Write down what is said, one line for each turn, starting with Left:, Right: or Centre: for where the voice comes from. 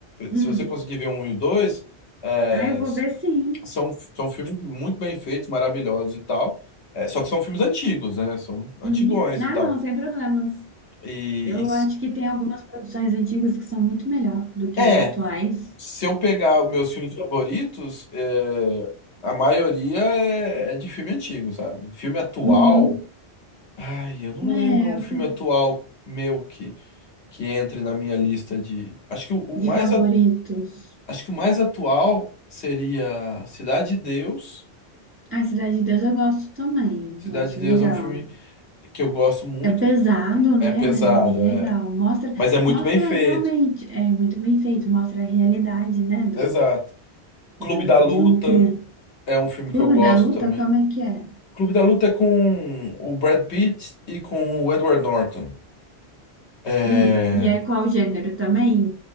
Right: Hum.
Left: Se você conseguir ver o 1 e o 2, é,
Right: Ah, eu vou ver sim.
Left: são, são filmes muito bem feitos, maravilhosos e tal. É, só que são filmes antigos, né? São antigões
Right: Uhum. Ah,
Left: e tal.
Right: não, sem problemas.
Left: E,
Right: Eu
Left: e-
Right: acho que tem algumas produções antigas que são muito melhor do que
Left: é,
Right: as atuais.
Left: se eu pegar os meus filmes favoritos, é, a maioria é, é de filme antigo, sabe? Filme atual.
Right: Uhum.
Left: Ai, eu não
Right: É,
Left: lembro um
Right: eu
Left: filme
Right: fi-
Left: atual meu que, que entre na minha lista de. Acho que o, o
Right: de
Left: mais
Right: favoritos.
Left: a- acho que o mais atual seria Cidade de Deus.
Right: A Cidade de Deus eu gosto também,
Left: Cidade
Right: eu acho
Left: de Deus
Right: legal.
Left: é um filme que eu gosto muito.
Right: É pesado, né?
Left: É pesado,
Right: Mas é bem legal.
Left: é,
Right: Mostra,
Left: mas é muito
Right: mostra
Left: bem feito.
Right: realmente, é muito bem feito, mostra a realidade, né? Do,
Left: Exato. Clube
Right: do,
Left: da Luta
Right: de um criança.
Left: é um filme
Right: Clube
Left: que eu gosto
Right: da Luta,
Left: também.
Right: como é que é?
Left: Clube da Luta é com o Brad Pitt e com o Edward Norton. É...
Right: Hum, e é qual gênero também?